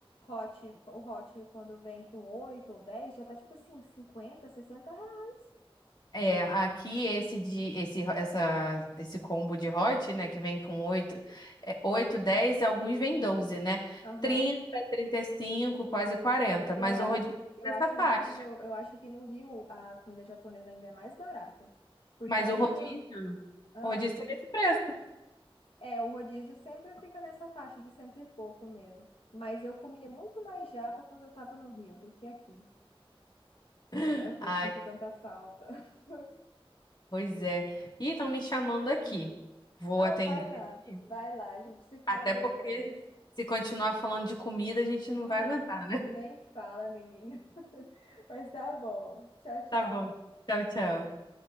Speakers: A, on the left; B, on the left.
A: hot, o hot quando vem com 8 ou 10 já tá tipo assim, 50 60 reais.
B: é, aqui esse de esse essa esse combo de hot, né, que vem com 8, é, 8, 10 e alguns vem 12, né?
A: Aham.
B: Trinta, trinta e cinco, quase 40.
A: Eu
B: mas
A: acho,
B: o rodízio
A: eu
B: é nessa
A: acho
B: faixa.
A: que no, eu acho que no Rio a comida japonesa ainda é mais barata. Porque
B: Mas
A: aí
B: o rodízio,
A: no, aham,
B: o rodízio tá nesse preço.
A: É, o rodízio sempre fica nessa faixa de cento e pouco mesmo. Mas eu comia muito mais japa quando eu tava no Rio do que aqui.
B: <laughs>
A: Eu, eu
B: Ah,
A: sinto tanta falta. <laughs>
B: Pois é. Ih, estão me chamando aqui. Vou
A: Ah,
B: atender
A: vai lá,
B: aqui.
A: vai lá, a gente se fala
B: Até
A: depois.
B: porque se continuar falando de comida, a gente não
A: Hum,
B: vai aguentar.
A: nem fala, menina. <laughs> Mas tá bom. Tchau, tchau.
B: Tá bom. Tchau, tchau.